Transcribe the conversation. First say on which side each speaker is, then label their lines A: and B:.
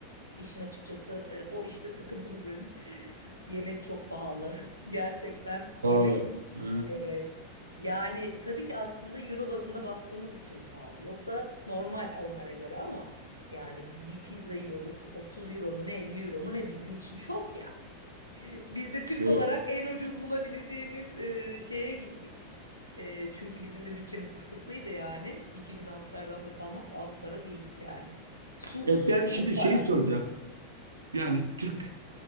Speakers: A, on the left; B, on the right.
A: işin açıkçası e, o işte sıkıntılı bölüm. <laughs> Yemek çok pahalı. <laughs> Gerçekten
B: Pahalı.
A: yemek
B: Ha,
A: Evet. Yani tabii ki aslında euro bazında baktığımız için pahalı. Yoksa normal onlara göre ama yani bir pizza yiyorduk 30 euro mu ne 50 euro mu ne bizim için çok ya. Biz de Türk
B: evet.
A: olarak en ucuz bulabildiğimiz e, şeye gittik. E, çünkü bizim de bütçemiz kısıtlıydı yani. İki gün Amsterdam'da kalmak da az para değil yani. Su,
B: E
A: su
B: ben
A: çok
B: şimdi
A: para.
B: şeyi soracağım. Yani Türk